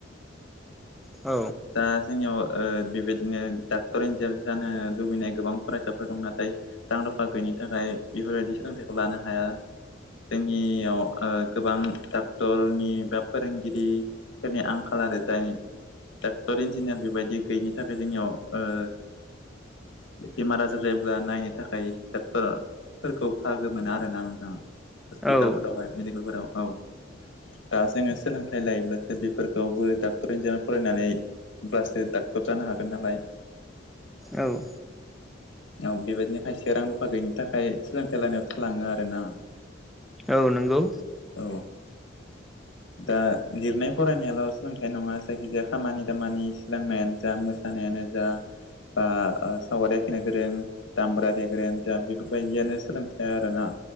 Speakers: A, in the centre; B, on the left (about 80°).
A: औ।
B: दा जोंनियाव बेबायदिनो डाक्टर इन्जिनिार जानो लुबैनाय गोबां फरायसाफोर दं। नाथाय दां रफा गैयनि थाखाय बेफोरबायदि सोलोंथाइखौ लानो हाया। जोंनियाव गोबां डक्टरनि बा फोरोंगिरि जोंनि आंखाल आरो जायनि डाक्टर इन्जिनियार बेबायदि गैयिनि थाखाय जोंनियाव ओ बेमार आजार जायोब्ला नायनो थाखाय डक्टर फोरखौ बाहागो मोना आरोना नोंथाङा हस्पितालफोरावहाय
A: औ
B: मेडिकेलफोराव औ। दा जोङो सोलोंथाइ लायोब्लासो बेफोरखौबो डाक्टर इन्जिनार फराय। फैनानैब्लासो डाक्टर जानो हागोन नालाय।
A: औ।
B: <inaudible> औ बेबायदिनो खायसे रां रुफा थाखाय सोलोंथाइ लानायाव थालाङो आरो ना।
A: औ नंगौ।
B: औ दा लिरनाय फरायनायाल' सोलोंथाइ नङा जायखि जाया खामानि दामानि सोलोंनायानो जा मोसानायानो जा बा सावगारि आखिनो गोरों दामब्रा देग्रायानो जा बेफोरबायदियानो सोलोंथाया आरोना।